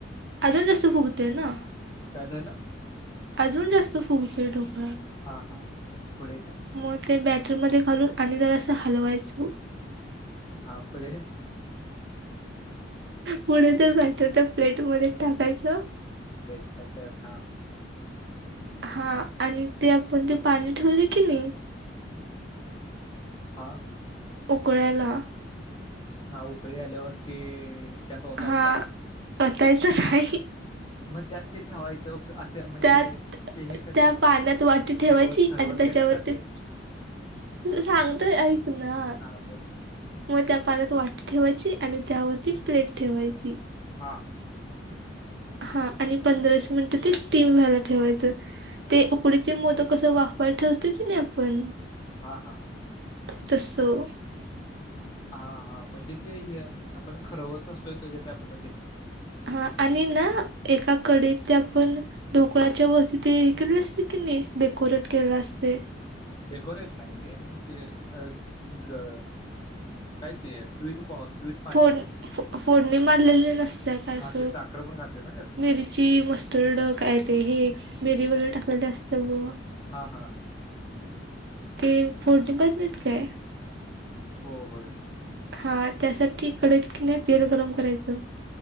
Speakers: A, on the right; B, on the left.
A: अजून जास्त फुगतंय ना,
B: काय झालं
A: अजून जास्त फुगतोय ढोक
B: हा हा पुढे काय?
A: मग ते बॅटर मध्ये घालून आणि जरासं हलवायचं.
B: हा पुढे?
A: पुढे ते बॅटर त्या प्लेट मध्ये टाकायचं.
B: प्लेट नंतर हा.
A: हा आणि ते आपण ते पाणी ठेवलय की नई
B: हा.
A: उकळायला.
B: हा उकळी आल्यावर ते त्यात ओतायचा
A: हा वतायचच हाई.
B: मग त्यात ते ठेवायचं असं म्हणजे
A: त्यात
B: ते हे करतात
A: त्या पाण्यात
B: कि ते.
A: वाटी ठेवायची
B: खरवस खरवस
A: आणि त्याच्यावरती
B: केल्यासारखे
A: त सांगतोय ऐक ना.
B: हा बोल
A: मग त्या पाण्यात वाटी ठेवायची आणि त्यावरती प्लेट ठेवायची.
B: हां.
A: हा आणि पंधरा, वीस मिनिटं ते स्टीम व्हायला ठेवायचं. ते उकडीचे मोदक कसं वाफवाय ठेवतोय की नाय आपण
B: हां हां.
A: तसं.
B: हा हा म्हणजे ते हे आपण खरवस असतोय तज्या त्या पद्धतीनं.
A: हा आणि ना एका कढईत ते आपण ढोकळ्याच्या वरती ते हे केलेल असतय की नाही डेकोरेट केलेल असतय.
B: डेकोरेट नाई ते ते अ ग काय ते स्वीट उपा स्वीट पाणी
A: फोड-फोडणी मारलेली नसत्याय काय अस
B: हा ते साखर पण घालते ना त्यात
A: मिरची मस्त स्टरड काय ते हे मिरी वगैरे टाकलेल ते असतय बघ.
B: हा हा.
A: ते फोडणी म्हणत नाहीत काय?
B: हो होय.
A: हा त्यासाठी कढईत की नाय तेल गरम करायचं.